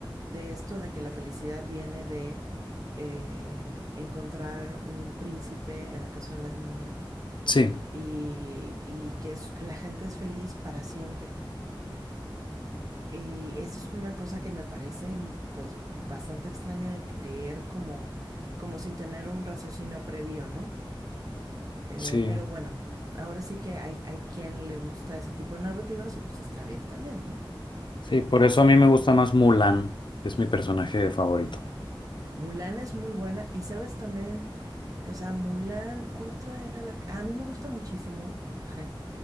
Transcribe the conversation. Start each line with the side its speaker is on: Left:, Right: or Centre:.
Right: de esto de que la felicidad viene de eh, encontrar un príncipe, en el caso de las niñas,
Left: sí,
Right: y, y que es- la gente es feliz para siempre. Y eso es una cosa que me parece mm, pues bastante extraña de creer como, como sin tener un raciocinio previo, ¿no? Eh,
Left: sí,
Right: pero bueno, ahora sí que hay, hay quien le gusta ese tipo de narrativas y pues está bien también, ¿no?
Left: sí, por eso a mí me gusta más Mulan, que es mi personaje favorito.
Right: Mulan es muy buena y sabes también, o sea, Mulan, ¿cuál otra era la que... ah, A mí me gusta muchísimo, <laughs>